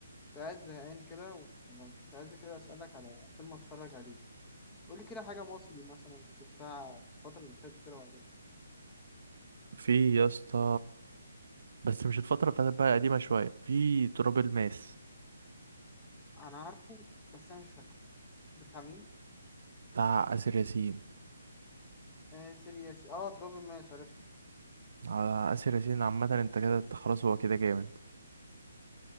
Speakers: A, on the left; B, on the right.
A: كنت قاعد زهقان كده وكنت عايز كده أسألك على فيلم أتفرج عليه قولي كده حاجة مصري مثلا شفتها في الفترة اللي فاتت كده وعجبتك
B: في يا اسطى بس مش الفترة اللي فاتت بقى قديمة شوية في تراب الماس
A: أنا عارفه بس أنا مش فاكره بتاع مين؟
B: بتاع آسر ياسين
A: آه سيرياسي آه تراب الماس عرفته
B: على آسر ياسين عامة انت كده انت خلاص هو كده جامد